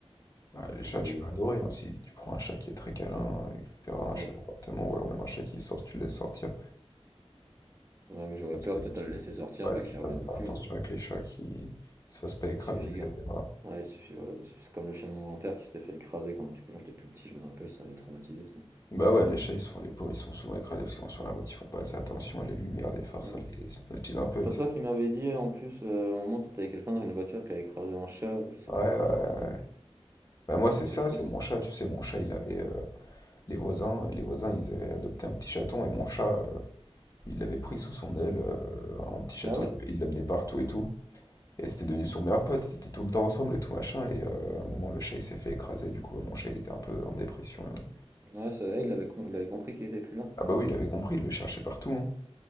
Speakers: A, on the left; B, on the right.
A: Ah, les
B: Faut
A: chats,
B: que,
A: tu vas
B: faut
A: adorer,
B: que.
A: hein. Si tu prends un chat qui est très câlin, euh, etc.,
B: Ouais,
A: un chat d'appartement, ou alors même un chat qui sort si tu le laisses sortir.
B: ouais mais j'aurais
A: Parce
B: peur
A: que
B: peut-être
A: ce qui...
B: à le laisser sortir,
A: Ouais,
B: bah
A: c'est
B: qu'il
A: ça,
B: revienne
A: faire
B: plus.
A: attention
B: hein.
A: avec les chats qui... qui se fassent pas écraser,
B: Il suffit,
A: etc.
B: hein Ouais, il suffit, voilà. C'est comme le chien de mon grand-père qui s'était fait écraser quand, quand j'étais plus petit, je me rappelle, ça m'avait traumatisé ça.
A: Bah ouais, les chats, ils se font les pauvres, ils sont souvent écrasés parce qu'ils vont sur la route, ils font pas assez attention, et les lumières des phares,
B: Hmm.
A: ça les hypnotise un peu,
B: C'est pas
A: ils... savent-
B: toi qui m'avais dit en plus, euh, à un moment t'étais avec quelqu'un dans une voiture qui a écrasé un chat, je sais
A: Ouais,
B: plus
A: ouais,
B: quoi
A: ouais.
B: cette histoire.
A: ouais. Bah moi, c'est
B: Donc
A: ça,
B: c'est triste.
A: c'est mon chat, tu sais, mon chat, il avait... Les voisins, euh, les voisins, ils avaient adopté un petit chaton et mon chat, euh, il l'avait pris sous son aile, euh, un petit chaton,
B: Ah ouais?
A: il l'amenait partout et tout. Et c'était devenu son meilleur pote, ils étaient tout le temps ensemble et tout machin. Et euh, à un moment, le chat, il s'est fait écraser. Du coup, mon chat, il était un peu en dépression. euh.
B: Ouais, c'est vrai, il avait, com- il avait compris qu'il était plus là.
A: Ah bah oui, il avait compris, il le cherchait partout. hein.